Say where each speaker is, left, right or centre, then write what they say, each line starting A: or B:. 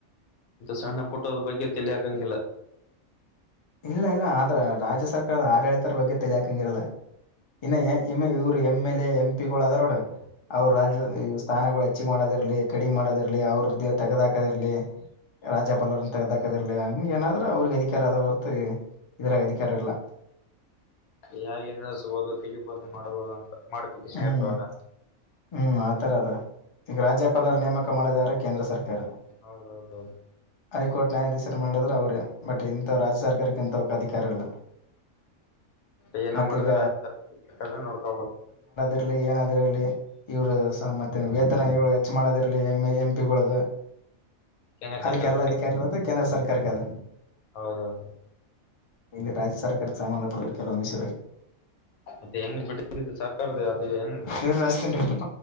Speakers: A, on the left; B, on the left.
A: ಸಣ್ಣ ಪುಟ್ಟೋದ ಬಗ್ಗೆ ತಲೆಹಾಕಗಿಲ್ಲ
B: ಇಲ್ಲ ಇಲ್ಲ ಆದ್ರ ರಾಜ್ಯ ಸರ್ಕಾರದ ಆಡಳಿತರ ಬಗ್ಗೆ ತಲೆ ಹಾಕಂಗ ಇರಲ್ಲ ಇನ್ನ ಇವರು ಎಮ್ ಎಲ್ ಎ ಎಂ ಪಿಗಳು ಅದೇ ನೋಡು ಅವ್ರ
A: ಹ್ಮ್
B: ರಾಜ್ಯ ಇ ಸ್ಥಾನಗಳು ಚ್ಚಿ ಮಾಡೋದಿರ್ಲಿ ಕಡಿ ಮಾಡೋದಿರ್ಲಿ ಅವ್ರದ ದೇ ತಗದ ಹಾಕೋದರ್ಲಿ ರಾಜ ಲ್ಲರ್ಂತ ತಗ್ದಕ್ಕದಿರ್ಲಿ ಹಂಗಗೆ ಏನಾದ್ರೂ ಅವ್ರಿಗೆ ಅಧಿಕಾರ ಆದದ ಹೊರತು ಇದರಾಗ ಅಧಿಕಾರ ಇಲ್ಲ
A: ಯ ನೆನೆಸ್ಬೋುದು ತೆಗಿಬೋದು ಮಾಡ್ಬೋದು ಅಂತ ಮಾಡಿಫಿಕೇಶನ್
B: ಹ್ಮ್
A: ಇರ್ತವಟಾ
B: ಹ್ಮ್ ಆತರ ಅದ ಈಗ ರಾಜ್ಯಪಾಲ ಅವರ ನೇಮಕ ಮಾಡದ ಯಾರ ಕೇಂದ್ರ ಸರ್ಕಾರ
A: ಹೌದೌದೌದು
B: ಹೈಕೋರ್ಟ್ ನ್ಯಾಯಾಧೀಶ ಮಾಡಿದ್ರರು ಅವ್ರೇ ಬಟ್ ಇಂಥ ರಾಜ್ಯ ಸರ್ಕಾರಕ್ಕೆ ಇಂತ ಅಧಿಕಾರ ಇಲ್ಲ
A: ಏನ
B: ಮತ್ತೀಗ
A: ಮಾಡಿದ್ರ ನೋಡ್ಕ
B: ಇರ್ಲಿ ಏನಾದಿರ್ಲಿ ಇವರು ಮತ್ತೆ ವೇತನಗಳು ಹೆಚ್ಚು ಮಾಡೋದಿರ್ಲಿ ಎ ಎಂ ಪಿಗಳದು
A: ಕೇಂದ್ರ
B: ಅದಕ್ಕೆ
A: ಸರ್ಕಾರ
B: ಎಲ್ಲ ಅಧಿಕಾರಿರ ಅದು ಕೇಂದ್ರ ಸರ್ಕಾರಕ್ಕೆ ಅದ
A: ಹೌದೌದು
B: ಇಲ್ಲಿ ರಾಜ್ಯ ಸರ್ಕಾರಕ್ಕೆ ಸಂಬಂಧಪಟ್ಟಡ ಕೆಲವೊಂದು ವಿಷಯ
A: ಮತ್ತೆ ಹೆಂಗ <unintelligible> ಸರ್ಕಾರದ ಆದ ಎಂಗ್
B: ಇವ್ರು ಹಚ್ತೀನಿ ರೀ ಸ್ವಲ್ಪ